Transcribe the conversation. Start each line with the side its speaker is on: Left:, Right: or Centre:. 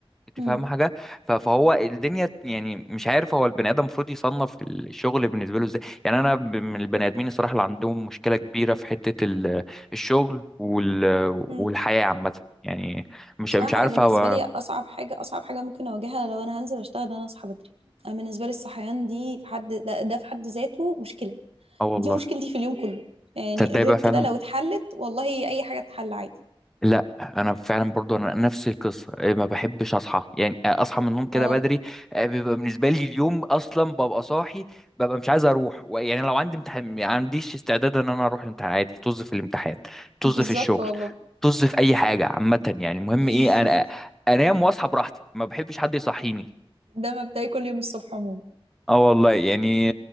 Centre: انت
Right: مم.
Centre: فاهم حاجه ف- فهو الدنيا يعني مش عارف هو البني ادم المفروض يصنف الشغل بالنسبه له ازاي يعني انا ب- من البني ادمين الصراحه اللي عندهم مشكله كبيره في حته ال- الشغل وال والحياه
Right: مم.
Centre: عامه يعني مش
Right: بصراحه
Centre: مش عارف
Right: انا بالنسبه
Centre: هو
Right: لي اصعب حاجه اصعب حاجه ممكن اواجهها لو انا هنزل اشتغل ان انا اصحى بدري انا بالنسبه لي الصحيان دي في حد ده, ده في حد ذاته مشكله
Centre: اه والله
Right: دي مشكلتي في اليوم كله يعني
Centre: تصدق
Right: غير
Centre: بقى
Right: كده
Centre: فعلا
Right: لو اتحلت والله اي حاجه تتحل عادي
Centre: لا انا فعلا برضو انا نفس القصه إيه، ما بحبش اصحى يعني آه، اصحى من النوم كده
Right: اه
Centre: بدري آه، بيبقى بالنسبه لي اليوم اصلا ببقى صاحي ببقى مش عايز اروح و- يعني لو عندي امتحان ما عنديش استعداد ان انا اروح الامتحان عادي طز في الامتحان طز
Right: بالظبط
Centre: في الشغل
Right: والله
Centre: طز في اي حاجه عامه يعني المهم
Right: <laughs>
Centre: ايه انا انام واصحى براحتي ما بحبش حد يصحيني
Right: ده مبدئي كل يوم الصبح عموما
Centre: اه والله يعني